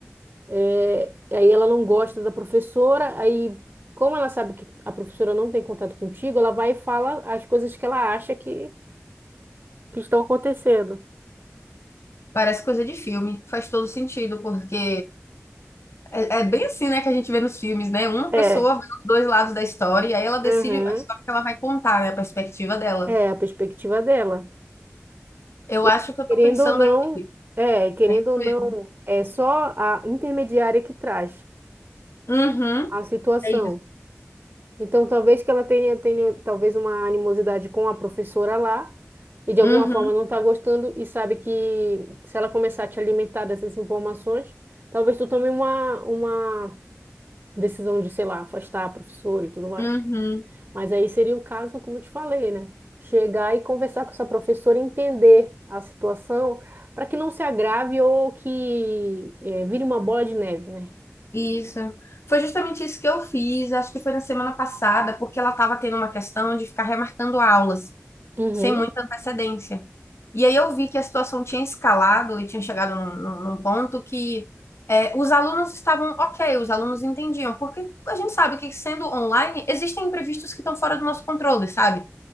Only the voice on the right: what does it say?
É, aí ela não gosta da professora, aí como ela sabe que a professora não tem contato contigo, ela vai e fala as coisas que ela acha que, que estão acontecendo.
É,
uhum,
é a perspectiva dela.
E
querendo
ou não,
é, querendo
ou
não, é só a intermediária que traz
a situação.
Então, talvez que ela tenha, tenha talvez uma animosidade com a professora lá e de alguma
forma não está gostando e sabe que se ela começar a te alimentar dessas informações, talvez tu tome uma, uma decisão de, sei lá, afastar a professora e tudo mais.
Mas aí seria o caso, como eu te falei, né? Chegar e conversar com essa professora, entender a situação para que não se agrave ou que eh, vire uma bola de neve, né?
Uhum.